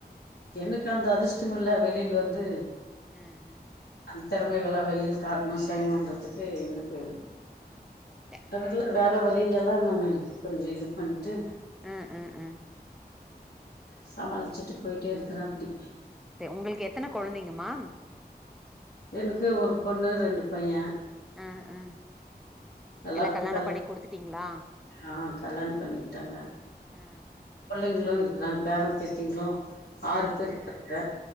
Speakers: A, in the centre; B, on the left.
A: ம்
B: எனக்கு அந்த அதிர்ஷ்டமில்ல வெளில வந்து
A: ம்
B: அந்த தெறமைகள்லா வெளில காட்ணும் செய்னுன்றதுக்கு எனக்கு
A: ம் இது இல்ல
B: அதுகுல்லா வேற வழில எல்லா நானு கொஞ்ச இது பண்டு
A: ம் ம் ம்
B: சமாளிசிட்டு போயிட்டே இருக்றேன் அப்டி
A: தே உங்ளுக்கு எத்தன கெழந்தைங்கமா
B: எனுக்கு ஒரு பொண்ணு ரெண்டு பையன்
A: ஆ ஆ
B: எல்லாருக்கு
A: எல்லா கல்யாண
B: கல்
A: பண்ணி குடுத்துட்டீங்களா
B: ஆ கல்யாணம் பண்ணி கிட்டாங்க
A: ஆ
B: புள்ளைங்களும் இருக்கிறாங் பேரம் பேத்திங்களும் ஆறு
A: ஆ
B: பேரு இருக்காங்க